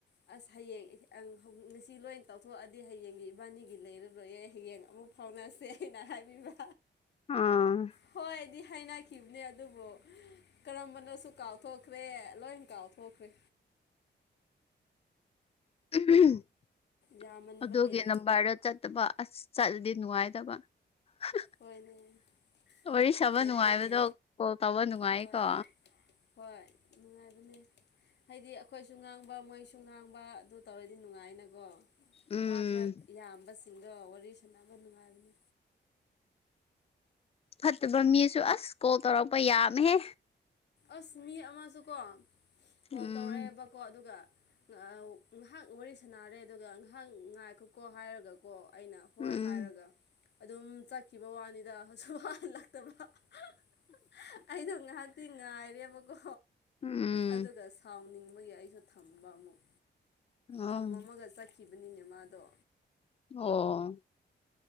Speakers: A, on the left; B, on the left.
A: ꯑꯁ ꯍꯌꯦꯡ ꯏꯍ ꯑꯪ ꯉꯁꯤ ꯂꯣꯏ ꯇꯧꯊꯣꯛꯑꯗꯤ ꯍꯌꯦꯡꯒꯤ ꯏꯕꯥꯅꯤꯒꯤ ꯂꯩꯔ ꯔꯣꯏꯑꯦ ꯍꯌꯦꯡ ꯑꯃꯨꯛ ꯐꯥꯎꯅꯁꯦ ꯑꯩꯅ ꯍꯥꯏꯕꯤꯕ
B: ꯑꯥ
A: ꯍꯣꯏꯗꯤ ꯍꯥꯏꯅ__ ꯈꯤꯕꯅꯦ ꯑꯗꯨꯕꯨ ꯀꯔꯝꯕꯅꯣꯁꯨ ꯀꯥꯎꯊꯣꯛꯈ꯭ꯔꯦ ꯂꯣꯏꯅ ꯀꯥꯎꯊꯣꯛꯈ꯭ꯔꯦ
B: <unintelligible>
A: ꯌꯥꯝꯃꯟꯕꯒꯤ
B: ꯑꯗꯨꯒꯤ ꯅꯝꯕꯔꯗꯣ ꯆꯠ ꯇꯕ ꯑꯁ ꯆꯠꯂꯗꯤ ꯅꯨꯡꯉꯥꯏꯗꯕ <unintelligible>
A: ꯍꯣꯏꯅꯦ
B: ꯋꯥꯔꯤ ꯁꯥꯕ
A: ꯅꯨꯡꯉꯥꯏꯇꯦꯅꯦ
B: ꯅꯨꯡꯉꯥꯏꯕꯗꯣ ꯀꯣꯜ ꯇꯧꯕ ꯅꯨꯡꯉꯥꯏꯌꯦ
A: ꯍꯣꯏ
B: ꯀꯣ
A: ꯍꯣꯏ ꯅꯨꯡꯉꯥꯏꯕꯅꯦ ꯍꯥꯏꯗꯤ ꯑꯩꯈꯣꯏꯁꯨ ꯉꯥꯡꯕ ꯃꯣꯏꯁꯨ ꯉꯥꯡꯕ ꯑꯗꯨ ꯇꯧꯔꯗꯤ ꯅꯨꯡꯉꯥꯏꯅ__ ꯀꯣ
B: ꯎꯝ
A: ꯋꯥ ꯈꯔ ꯌꯥꯝꯕꯁꯤꯡꯗꯣ ꯋꯥꯔꯤ ꯁꯥꯟꯅꯕ ꯅꯨꯡꯉꯥꯏꯕꯅꯦ
B: ꯐꯠꯇꯕ ꯃꯤꯁꯨ ꯑꯁ ꯀꯣꯜ ꯇꯧꯔꯛꯄ ꯌꯥꯝꯃꯦꯍꯦ
A: ꯑꯁ ꯃꯤ ꯑꯃꯁꯨꯀꯣ ꯀꯣꯜ
B: ꯎꯝ
A: ꯇꯧꯔꯛꯑꯦꯕꯀꯣ ꯑꯗꯨꯒ ꯑꯑ ꯉꯥꯏꯍꯥꯛ ꯋꯥꯔꯤ ꯁꯥꯟꯅꯔꯦ ꯑꯗꯨꯒ ꯉꯥꯏꯍꯥꯛ ꯉꯥꯏꯈꯣꯀꯣ ꯍꯥꯏꯔꯒꯀꯣ ꯑꯩꯅ ꯍꯣꯏ
B: ꯎꯝ
A: ꯍꯥꯏꯔꯒ ꯑꯗꯨꯝ ꯆꯠꯈꯤꯕ ꯋꯥꯅꯤꯗ ꯁꯨꯛ ꯍꯥꯜ ꯍꯜꯂꯛꯇꯕ <unintelligible> ꯑꯩꯗꯣ ꯉꯥꯏꯍꯥꯛꯇꯤ ꯉꯥꯏꯔꯦꯕꯀꯣ
B: ꯎꯝ
A: ꯑꯗꯨꯒ ꯁꯥꯎꯅꯤꯡꯕꯒꯤ ꯑꯩꯁꯨ ꯊꯝꯕ ꯑꯃꯨꯛ
B: ꯑꯣ
A: ꯊꯝ ꯃꯝꯃꯒ ꯆꯠꯈꯤꯕꯅꯤꯅꯦ ꯃꯥꯗꯣ
B: ꯑꯣ